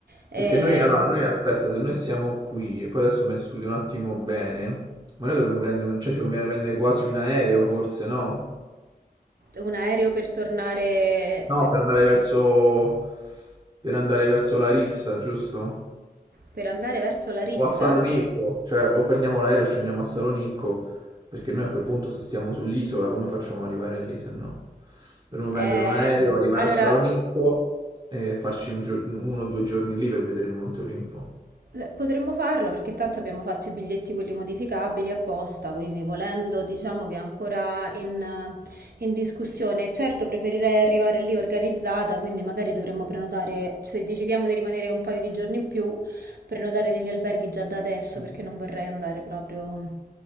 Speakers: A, on the right; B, on the right.
A: Eh,
B: Perché noi, allora, noi aspetta, se noi siamo qui, poi adesso me ne studio un attimo bene, ma noi dovremmo prendere, un- cioè ci conviene prendere quasi un aereo forse, no?
A: un aereo per tornare...
B: No, per andare verso, per andare verso Larissa, giusto?
A: Per andare verso Larissa?
B: O a Salonicco, cioè o prendiamo l'aereo e scendiamo a Salonicco, perché noi a quel punto se stiamo sull'isola come facciamo ad arrivare lì se no? Dovremmo
A: Ehm,
B: prendere un aereo, arrivare
A: allora,
B: a Salonicco e farci un gio- uno o due giorni lì per vedere il Monte Olimpo.
A: eh, potremmo farlo perché tanto abbiamo fatto i biglietti quelli modificabili apposta, quindi volendo diciamo che è ancora in, eh, in discussione. Certo, preferirei arrivare lì organizzata, quindi magari dovremmo prenotare, se decidiamo di rimanere un paio di giorni in più, prenotare degli alberghi già da adesso
B: Mm.
A: perché non vorrei andare proprio,